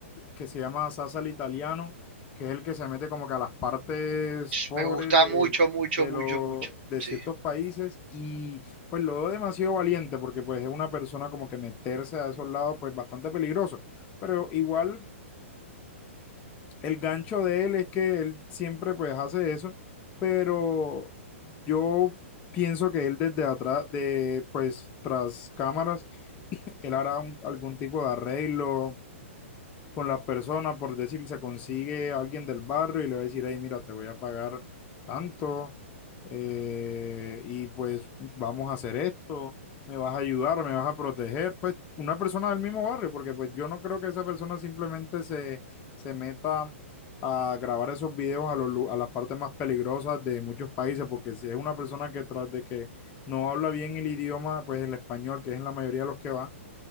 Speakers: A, on the left (about 20°); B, on the right (about 45°).
A: que se llama Sasa el Italiano, que es el que se mete como que a las partes pobres
B: Me gusta
A: de,
B: mucho, mucho,
A: de,
B: mucho,
A: lo-
B: mucho.
A: de
B: Sí.
A: ciertos países y pues lo veo demasiado valiente porque pues es una persona como que meterse a esos lados pues bastante peligroso, pero igual... El gancho de él es que él siempre pues hace eso, pero yo pienso que él desde atrás, de pues tras cámaras, él hará un- algún tipo de arreglo, con la persona, por decir, se consigue a alguien del barrio y le va a decir, hey, mira, te voy a pagar tanto eh, y pues vamos a hacer esto, me vas a ayudar, me vas a proteger, pues una persona del mismo barrio, porque pues yo no creo que esa persona simplemente se, se meta a grabar esos videos a, los, lu- a las partes más peligrosas de muchos países, porque si es una persona que tras de que no habla bien el idioma, pues el español, que es en la mayoría de los que va,